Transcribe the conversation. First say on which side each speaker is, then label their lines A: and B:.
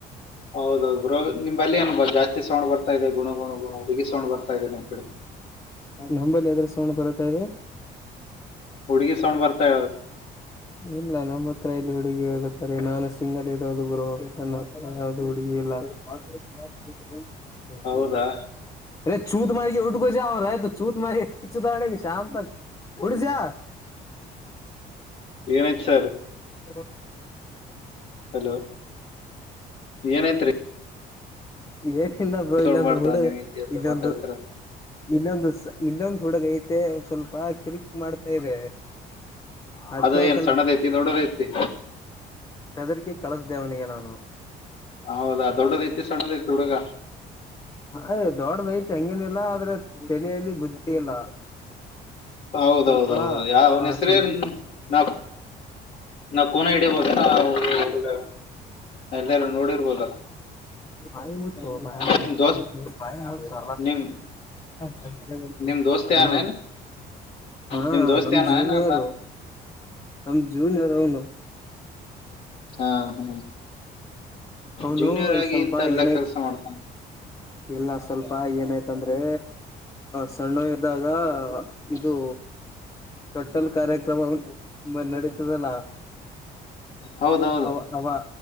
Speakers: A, on the left (about 50°); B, on the left (about 20°).
A: ಹೌದೌಹೌದು ಬ್ರೋ ನಿಂಬಲಿ ಅನ್ ಜಾಸ್ತಿ ಸೌಂಡ್ ಬರ್ತಾದೆ ಗುಣ ಗುಣ ಗುಣ ಹುಡುಗಿ ಸೌಂಡ್ ಬರ್ತಾ ಇದೆ ನಿಮ್ ಕಡೆ
B: ನಂಬಲ್ಲಿ ಎದ್ರ ಸೌಂಡ್ ಬರತ್ತ ಇದೆ
A: ಹುಡುಗಿ ಸೌಂಡ್ ಬರ್ತಾ
B: ಇಲ್ಲ ನಮ್ಮ ಹತ್ರ ಇಲ್ಲಿ ಹುಡುಗಿ ಹೋಗತ್ತಾರೆ ನಾನು ಸಿಂಗಲ್ ಇರೋದು ಗುರು ನನ್ನ ಹತ್ರ ಯಾವ್ದು ಹುಡುಗಿ ಲ್ಲ <unintelligible>
A: ಹೌದಾ
B: ಅರೆ ಚೂತ ಮಾರಿಗೆ ಉಟಕೋ ಜಾವ ರ ಚೂತ ಮಾರ ಚತ ಶಾಮ ತಕ ಹೊಡ್ಜಾ
A: ಏನೈತ್ ಸರ್
B: ಬ
A: ಹಲೋ ಏನೈತ್ರಿ
B: ಏನಿಲ್ಲ ಬ್ರೋ
A: ಸೌಂಡ್
B: ಇಲ್ಲೊಂದು
A: ಮಾಡ್ತಾ
B: ಹುಡುಗ
A: ನೀವು ಹಿಂದಿಯಲ್ಲಿ
B: ಇಲ್ಲೊಂದು
A: ಮಾತಾಡ್ತೀರ
B: ಇಲ್ಲೊಂದು ಇಲ್ಲೊಂದು ಹುಡುಗ ಐತೆ ಸ್ವಲ್ಪ ಕಿರಿಕ್ ಮಾಡ್ತಾ ಇದೆ. ಅದಕ್ಕೆ
A: ಅದ
B: ಒಂದ್
A: ಏನ್ ಸಣ್ಣದ ಐತಿ ದೊಡ್ಡದ ಐತಿ
B: ಹೆದರಿಕಿ ಕಳಸ್ದೇವನಿಗೆ ನಾನು
A: ಹೌದಾ ದೊಡ್ಡದ ಐತಿ ಸಣ್ಣದ ಐತಿ ಹುಡುಗ
B: ಅಯ ದೊಡ್ಡದೈತಿ ಹಂಗೇನಿಲ್ಲ ಆದ್ರೆ ತಲೆಯಲ್ಲಿ ಬುದ್ಧಿ ಇಲ್ಲ
A: ಹೌದೌದ
B: ಸ್ವಲ್ಪ
A: ಹೌದೌದು ಯ ಅವನ
B: ಆ
A: ಹೆಸ್ರೇನ್
B: ಸ್ವಲ್ಪ
A: ನಾ ನಾ ಕುನ ಹಿಡಿಬೋದನಾ ಹುಡುಗ ಎಲ್ಲಾರು ನೋಡಿರ್ಬೋದಲ್ಲ
B: ಬಾಯಿ ಮುಚ್ಚೋ ಬಾಯಿ
A: ನಿಮ್
B: ಮುಚ್ಚೋ
A: ದೋಸ್ತ್
B: <unintelligible> ಮುಟ್ಟತ
A: ನಿಮ್
B: ಆ ಸರ್ ಹ
A: ನಿಮ್ ದೋಸ್ತ
B: ಹಲೋ
A: ಯಾನೇನ್
B: ಹಾ
A: ನಿಮ್ ದೋಸ್ತ
B: ನಮ
A: ಯಾನೇನ್
B: ಜೂನಿಯರು
A: ಅಂತ
B: ನಮ ಜೂನಿಯರ್ ಅವನು
A: ಹಾ ಹಾ
B: ಅವನು
A: ಜೂನಿಯರ್ ಆಗಿ
B: ಸ್ವಲ್ಪ
A: ಇಂತ ಎಲ್ಲಾ
B: ಏನಾಯತ
A: ಕೆಲಸ ಮಾಡ್ತಾನೆ
B: ಇಲ್ಲ ಸ್ವಲ್ಪ ಏನಾಯ್ತಂದ್ರೆ ಸಣ್ಣ ಇದಾಗ ಇದು ತೋಟಲ್ಲ ಕಾರ್ಯಕ್ರಮ ನಡೀತದಲ್ಲ
A: ಹೌದೌದು
B: ಅವ ಅವ